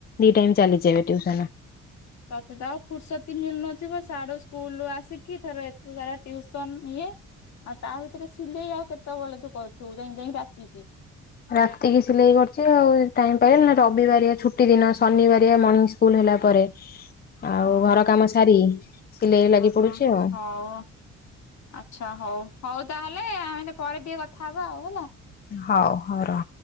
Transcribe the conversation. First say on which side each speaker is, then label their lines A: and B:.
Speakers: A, on the left (about 30°); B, on the left (about 65°).
A: ଦି ଟାଇମ ଚାଲିଛିି ଏବେ ଟିଉ ହେଲା।
B: ତତେ ତ ଆଉ ଫୁୁରସତ ବି ମିଳୁନଥିବ ସାଡୁ ସ୍କୁଲରୁ ଆସିକି ଫେରେ ଏତେ ସାରା ଟିଉସନ ଇଏ ଆଉ ତା ଭିତରେ ସିଲେଇ ଆଉ କେତେବେଳେ ତୁ କରୁଥିବୁ ଯାଇଁ ଯାଇଁ ରାତିକି।
A: ରାତିକି ସିଲେଇ କରୁଛି ଆଉ ଟାଇମ ପାଇଲେ ନହେଲେ ରବିବାରିଆ ଛୁଟି ଦିନ ଶନିବାରିଆ ମର୍ଣିଙ୍ଗ ସ୍କୁଲ ହେ ହେଲା ପରେ। ଆଉ
B: ହଁ
A: ଘର
B: ହଁ।
A: କାମ ସାରି ସିଲେଇରେ ଲାଗି
B: ଓହୋ
A: ପଡୁଛି ଆଉ।
B: ହଉ ଆଚ୍ଛା ହଉ ହଉ ତାହେଲେ ଆମେ ପରେ ଟିକେ କଥା ହବା ଆଉ ହେଲା
A: ହଉ ହଉ ରହ।